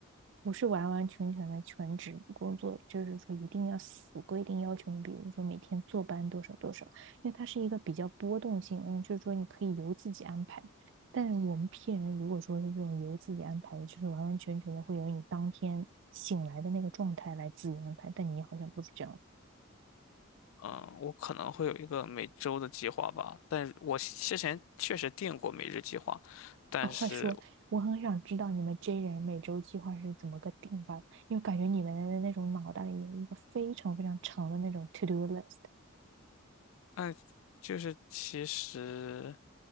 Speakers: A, on the right; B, on the left.
A: 不是完完全全的全职工作，就是说一定要死规定要求你，比如说每天坐班多少多少，因为它是一个比较波动性，然后就是说你可以由自己安排。但是我们 P 人如果说是这种由自己安排的，就是完完全全的会由你当天醒来的那个状态来自由安排，但你好像不是这样。
B: 嗯，我可能会有一个每周的计划吧，但是我之前确实定过每日计划，但是，
A: 哦，快说！我很想知道你们 J 人每周计划是怎么个定法的，因为感觉你们的那种脑袋里有一个非常非常长的那种 to do list。
B: 嗯，就是其实，